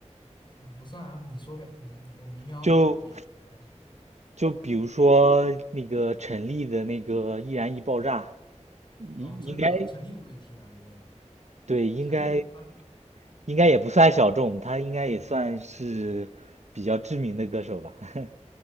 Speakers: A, on the left (about 40°); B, on the right (about 70°).
A: 嗯不算啊，你说呗，你你我民谣我也应该是没有听那么多。
B: 就就比如说那个陈粒的那个《易燃易爆炸》，应应该
A: 哦，这个陈粒我也听蛮多的，
B: 对，应该
A: 陈粒他，
B: 应该也不算小众，
A: 对对对，
B: 他应该也算是比较知名的歌手吧。<laughs>